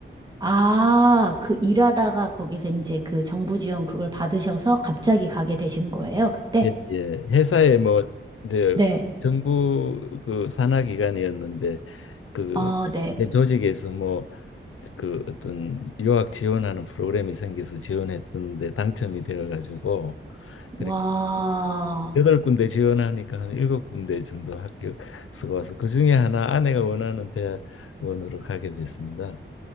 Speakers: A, on the right; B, on the left.
A: 아, 그 일하다가 거기서 이제 그 정부 지원 그걸 받으셔서 갑자기 가게 되신 거예요, 그때?
B: 예, 예. 회사에 뭐 이제
A: 네.
B: 정부 그 산하 기관이었는데 그
A: 아, 네.
B: 내 조직에서 뭐 그 어떤 유학 지원하는 프로그램이 생겨서 지원했던데 당첨이 되어 가지고 그렇게
A: 와,
B: 여덟 군데 지원하니까 한 일곱 군데 정도 합격 수가 와서 그 중에 하나 아내가 원하는 대학원으로 가게 됐습니다.